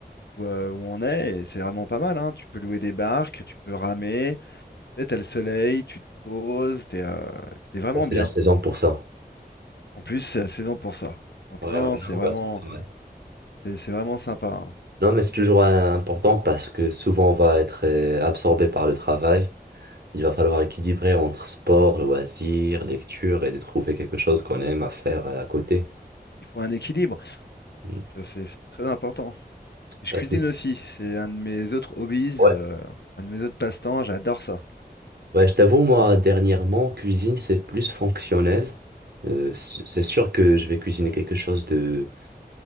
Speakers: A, on the left; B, on the right.
A: où, euh, où on est, et c'est vraiment pas mal, hein. Tu peux louer des barques, tu peux ramer. sais, T'as le soleil, tu te poses, t'es euh, t'es vraiment
B: Ouais,
A: bien.
B: c'est la saison pour ça.
A: En plus, c'est la saison pour ça. Donc
B: Ouais,
A: non,
B: ouais,
A: non, c'est
B: non,
A: vraiment,
B: ouais, c'est pas mal.
A: c'est c'est vraiment sympa. hein.
B: Non, mais c'est toujours euh, important parce que souvent on va être euh, absorbé par le travail. Il va falloir équilibrer entre sport, loisirs, lecture et de trouver quelque chose qu'on aime à faire euh, à côté.
A: Il faut un équilibre,
B: Mm.
A: donc euh, c'est c'est très important. Et je
B: Pas
A: cuisine
B: tout.
A: aussi, c'est un de mes autres hobbies,
B: Ouais.
A: euh, un de mes autres passe-temps, j'adore ça.
B: Ouais, je t'avoue, moi, dernièrement, cuisine, c'est plus fonctionnel. Euh, c'est sûr que je vais cuisiner quelque chose de